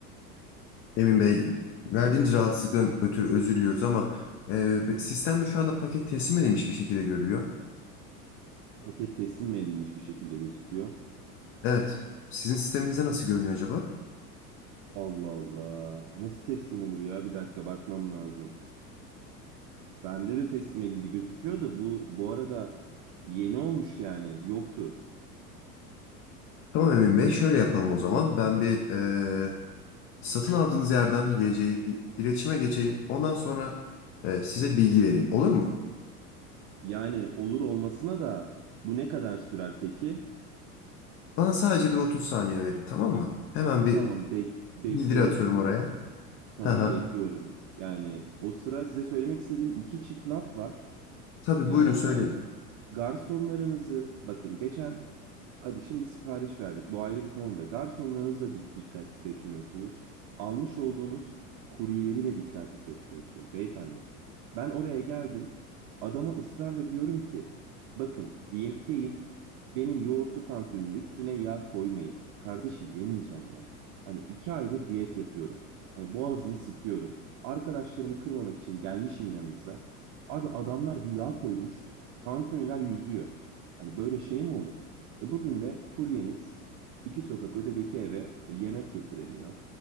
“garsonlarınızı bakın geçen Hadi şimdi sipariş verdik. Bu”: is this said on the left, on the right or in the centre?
Right